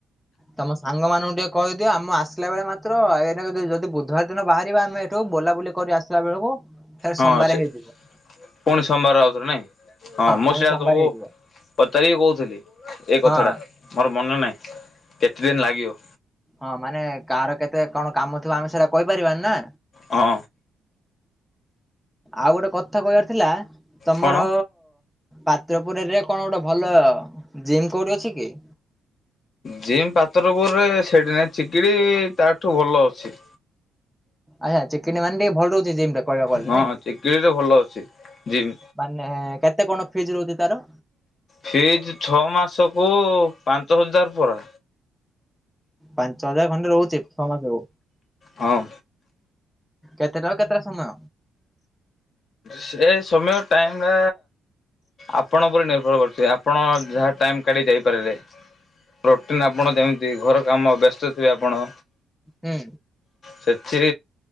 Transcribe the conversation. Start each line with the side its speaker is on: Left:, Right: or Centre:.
Centre: ତମ ସାଙ୍ଗ ମାନଙ୍କୁ ଟିକେ କହିଦିଅ ଆମେ ଆସିଲା ବେଳେ ମାତ୍ର <unintelligible> ଯଦି ବୁଧବାର ଦିନ ବାହାରିବା ଆମେ ଏଠୁ ବୁଲାବୁଲି କରି ଆସିଲା ବେଳକୁ ଫେର
Left: ହଁ
Centre: ସୋମବାର
Left: ସେ
Centre: ହେଇଯିବ।
Left: ପୁଣି ସୋମବାର ଆଉଥରେ ନାଇଁ, ହଁ, ମୁଁ
Centre: ପୁଣି
Left: ସେୟା
Centre: ସୋମବାରେ
Left: ତମକୁ
Centre: ହେଇଯିବ।
Left: ପଚାରିକି କହୁଥିଲି, ଏଇ
Centre: ହଁ
Left: କଥା ଟା ମୋର ମନ ନାହିଁ କେତେ ଦିନ ଲାଗିବ?
Centre: ହଁ ମାନେ କାହାର କେତେ କଣ କାମ ଥିବା ଆମେ ସେଇଟା କହିପାରିବାନି ନା।
Left: ହଁ।
Centre: ଆଉ ଗୋଟେ କଥା କହିବାର ଥିଲା ତମର
Left: କଣ?
Centre: ପାତ୍ରପୁରରେ କଣ ଗୋଟେ ଭଲ ଜିମ୍ କୋଉଠି ଅଛି କି?
Left: ଜିମ୍ ପାତ୍ରପୁରରେ ସେଠି ନାଇ, ଚିକିଟି ତାଠୁ ଭଲ ଅଛି।
Centre: ଆଚ୍ଛା, ଚିକଟି ମାନେ ଟିକେ ଭଲ ରହୁଥିବ। ସେ ଜିମଟା କହିବାକୁ ଗଲେ,
Left: ହଁ ଚିକିଡ଼ିରେ ଭଲ ଅଛି ଜିମ୍।
Centre: ମାନେ କେତେ କଣ ଫିସ୍ ରହୁଛି ତାର?
Left: ଫିସ୍ ଛଅ ମାସକୁ ପାଞ୍ଚ ହଜାର ପରା
Centre: ପାଞ୍ଚ ହଜାର ଖଣ୍ଡେ ରହୁଛି ଛଅ ମାସକୁ।
Left: ହଁ।
Centre: କେତେଟା ରୁ କେତେଟା ସମୟ?
Left: ସେ ସମୟ ଟାଇମଟା ଆପଣ ଉପରେ ନିର୍ଭର କରୁଛି, ଆପଣ ଯାହା ଟାଇମ୍ କାଢ଼ିକି ଯାଇପାରିଲେ ରୋଟିନ୍ ଆପଣ ଯେମିତି ଘର କାମ ବ୍ୟସ୍ତ ଥିବେ ଆପଣ
Centre: ହୁଁ
Left: ସେଠି